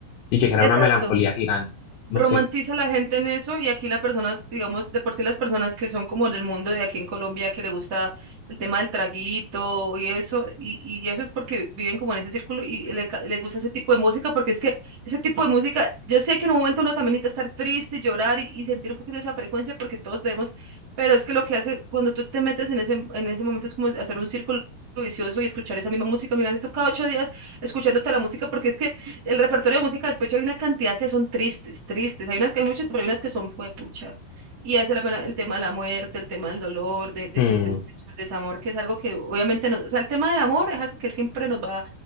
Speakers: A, on the left (about 85°); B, on the right (about 30°).
A: y que crea
B: Exacto.
A: una melancolía gigante. No
B: romantiza
A: sé.
B: la gente en eso y aquí las personas, digamos, de por sí las personas que son como del mundo de aquí en Colombia, que le gusta el tema del traguito y eso, y, y eso es porque viven como en ese círculo y le, ca- le gusta ese tipo de música, porque es que ese tipo de música, yo sé que en un momento uno también necesita estar triste, llorar y, y sentir un poquito esa frecuencia porque todos debemos, pero es que lo que hace cuando tú te metes en ese, en ese momento es como hacer un círculo vicioso y escuchar esa misma música, mira, te toca ocho días escuchándote la música porque es que el repertorio de música de despecho hay una cantidad que son tristes, tristes. Hay unas que hay muchas, pero hay unas que son pucha Y hace la- el tema de la muerte, el tema del dolor, de- de-
A: Hmm,
B: del despecho, del desamor, que es algo que obviamente nos, o sea, el tema del amor es algo que siempre nos va a